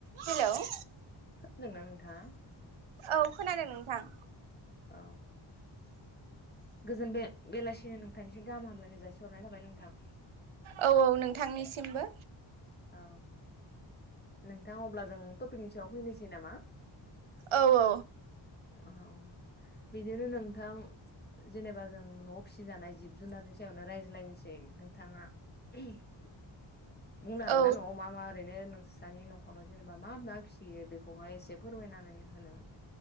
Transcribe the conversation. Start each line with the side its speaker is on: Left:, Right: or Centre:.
Right: हेल'।
Left: ना नोंथां।
Right: औ खोनादों नोंथां।
Left: औ। गोजोन बे बेलासिनि नोंथांनिसि गाहाम हामलायनाय जासि हरनाय थाबाय नोंथां।
Right: औ औ नोंथांनिसिमबो।
Left: औ नोंथां अब्ला जों टपिकनि सायाव फैनोसै नामा।
Right: औ औ।
Left: औ बिदिनो नोंथां। जेनेबा जों न'आव फिसिजानाय जिब जुनारनि सायावनो रायज्लायनोसै नोंथाङा <unintelligible> बुंनो हागोन
Right: औ
Left: ना न'आव मा मा ओरैनो नोंस्रानि न'खराव जेनेबा मा मा फिसियो बेखौहाय एसे फो फोरबायायनानै होनो।